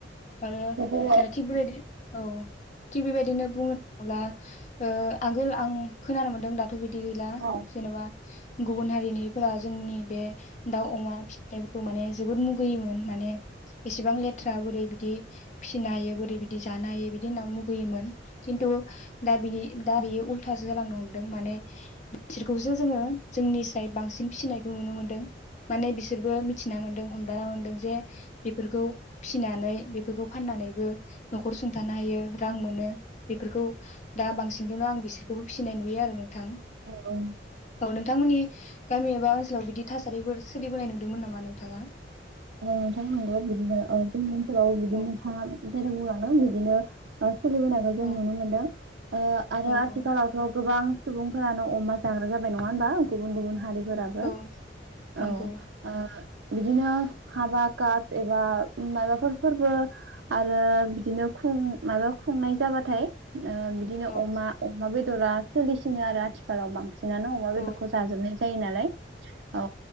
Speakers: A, on the left; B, on the right.
A: आरो
B: बिदिनो
A: थिग बेबायदि औ थिग बेबायदिनो बुङो अब्ला ओ आगोल आं खोनानो मोनदों दा थ' बिदि गैला
B: औ
A: जेन'बा गुबुन हारिनि फोरा जोंनि बे दाउ अमा फिनायफोरखौ माने जोबोद मुगैयोमोन माने इसेबां लेथ्रा बोरै बिद दि। फिसिनो हायो बोरै बिदि जानो हायो बिदि बिदि होनना मुगैयोमोन। खिनथु दाबिदि दा बेयो उल्थासो जालांनो हमदों माने बिसोरखौसो जोङो जोंनिस्राय बांसिन फिसिनायखौ नुनो मोनदों। माने बिसोरबो मिथिना मोन्दों हमदांना मोनदों जे बिफोरखौ फिनानै बेफोरखौ फाननानैबो न'खर सुंथानो हायो। रां मोनो बेफोरखौ दा बांसिनजों आं बिसोरखौबो फिसिनाय नुयो आरो नों थां
B: औ
A: औ नोंथांमोननि गामि एबा आथिखलाव बिदि थासारिफोर सोलिबोनाय नुदोंमोन नामा नोंथाङा?
B: औ नोंथां नंगौ बिदिनो ओ जोंनि ओनसोलाव बिदि
A: औ
B: नोंथाङा जेरै बुंलांदों बिदिनो ओं सोलिबोनायखौ जों
A: औ
B: नुनो मोनदों ओ आरो
A: औ
B: आथिखालावथ'
A: औ
B: गोबां सुबुंफोरानो अमा जाग्रा जाबाय नङा होनबा? गुबुन गुबुन हारिफोराबो
A: औ नंगौ
B: औ ओ बिदिनो हाबा कास एबा मायबाफोर फोरबो आरो बिदिनो खुं मायबा खुंनाय जाबाथाय । ओ बिदिनो
A: औ
B: अमा अमा बेदरा सोलिसिनो आरो आथिखालाव बांसि नानो अमा बेदरखौ
A: औ
B: जाजोबनाय जायो नालाय । औ